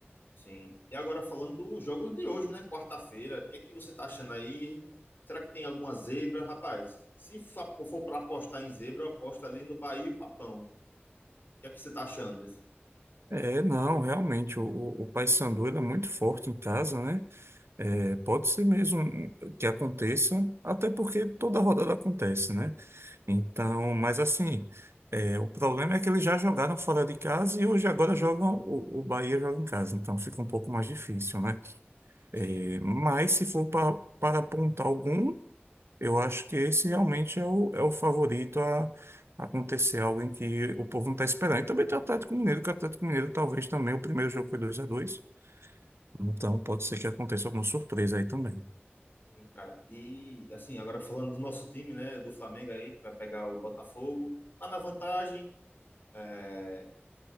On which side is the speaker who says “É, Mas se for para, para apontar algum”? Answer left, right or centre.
Right